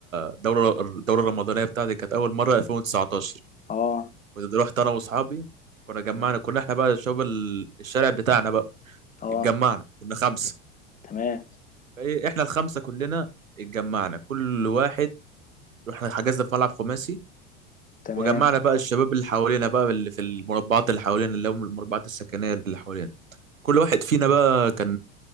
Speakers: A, on the right (about 80°); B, on the left (about 20°).
A: الدوره الدوره الرمضانيه بتاعتي كانت اول مره 2019
B: اه
A: كنت رحت انا واصحابي كنا جمعنا
B: تمام
A: كنا احنا بقى شباب ال- الشارع بتاعنا بقى
B: اه
A: اتجمعنا كنا خمسه
B: تمام
A: فايه احنا الخمسه كلنا اتجمعنا كل واحد رحنا حجزنا في ملعب خماسي
B: تمام
A: وجمعنا بقى الشباب اللي حوالينا بقى اللي في المربعات اللي حوالينا اللي هم المربعات السكنيه اللي حوالينا كل واحد فينا بقى كان